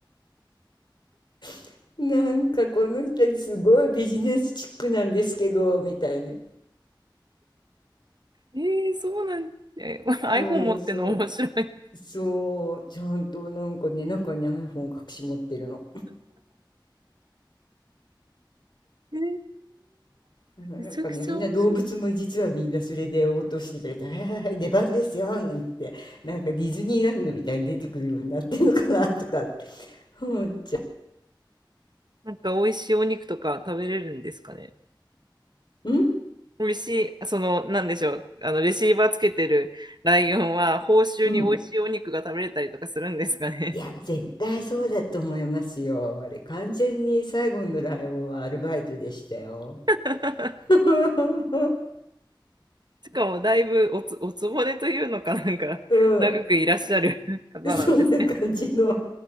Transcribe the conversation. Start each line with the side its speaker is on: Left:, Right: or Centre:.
Left: <laughs> なんかこの人たちすごいビジネスチックなんですけど、みたいな。
Right: えー、そうなんですえー、<laughs> iPhone
Left: そうそう、
Right: 持ってんの面白い。え
Left: そう、ちゃんとなんかね、中に iPhone 隠し持ってるの。
Right: ー、
Left: なんかね、
Right: めちゃくちゃ面白い。
Left: みんな動物も実はみんなそれで応答してたりとか、<laughs> はいはいはい出番ですよ、なんて、なんかディズニーランドみたいに出てくるようになってるのかなとかって思っちゃ
Right: なんか美味しいお肉とか食べれるんですかね。
Left: う。うん
Right: 美味しい、その、なんでしょう、あのレシーバーつけてるライオンは、報酬に美味しいお肉が食べれたりとかするんですかね。
Left: うん。いや、絶対そうだと思いますよ。あれ、完全に最後のライオンはアルバイトでしたよ。
Right: <laughs>
Left: <laughs>
Right: しかもだいぶおつおつぼねというのかなんか長くいらっしゃる方なんですね。
Left: うん、そんな感じの